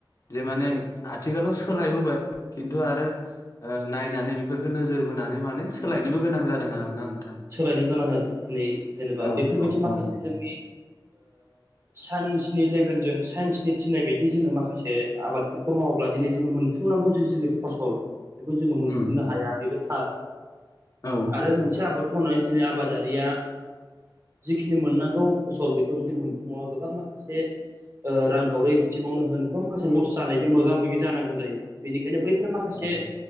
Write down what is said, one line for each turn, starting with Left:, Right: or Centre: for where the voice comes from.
Left: जे माने आथिखालाव सोलायबोबाय खिन्थु आरो नायनानै बेफोरखौ नोजोर बोनानै माने सोलायनोबो गोनां जादों आरो ना।
Right: सोलायनो गोनां जादों दिनै जेनेबा
Left: औ
Right: बेफोरबायदि
Left: औ औ
Right: माखासे जोंनि साइन्सनि लेभेलजों साइन्सनि थिनाय बायदि जोङो माखासे आबादफोरखौ मावोब्ला दिनै जोङो मोनफुंनांगौ जि जोंनि फसल बेखौ जोङो मोनफुंनो
Left: उम
Right: हाया बेबो थार
Left: औ
Right: आरो मोनसे आबाद दिनै आबादारिया जिखिनि मोननांगौ फसल बेखौ जुदि मोनफुङा गोबां माखासे सासे रांखावरि बिथिङावनो होन गोबां माखासे लस जानायजों मोगा मोगि जानांगौ जायो बेनिखायनो बै माखसे
Left: औ